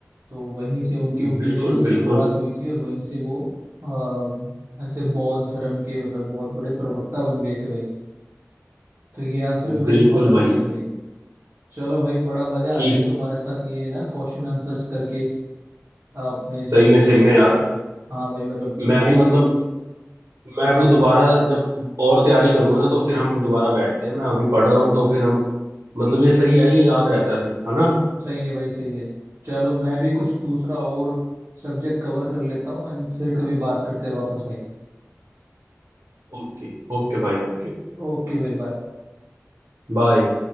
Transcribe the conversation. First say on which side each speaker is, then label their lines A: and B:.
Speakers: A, on the right (about 55°); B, on the right (about 85°).
A: तो वहीं से उनके उपदेशों
B: बिल्कुल
A: की
B: बिल्कुल
A: शुरुआत हुई थी और वहीं से वो अ, ऐसे बौद्ध धर्म के मतलब बहुत बड़े प्रवक्ता बन गए थे भाई तो ये आंसर भी भाई
B: बिल्कुल
A: तुम्हारा सही
B: भाई बिल्कुल
A: है भाई चलो भाई बड़ा मजा
B: ठीक
A: आ गया तुम्हारे साथ ये ना क्वेश्चन आंसर्स करके अपने
B: सही
A: जनरल
B: में सही
A: नॉलेज
B: में यार
A: पे हाँ भाई मतलब
B: मैं
A: बॉस
B: भी मतलब मैं
A: हाँ
B: अभी
A: भाई
B: दोबारा जब और तैयारी करूंगा ना तो फिर हम दोबारा बैठते हैं मैं अभी पढ़ रहा हूँ तो फिर हम मतलब ये सही है ये याद रहता है फिर है ना
A: सही है भाई सही है चलो मैं भी कुछ दूसरा
B: चल
A: और सब्जेक्ट कवर कर लेता हूँ एंड फिर कभी बात करते हैं वापस भाई
B: ओके ओके भाई ओके
A: ओके भाई बाय
B: बाय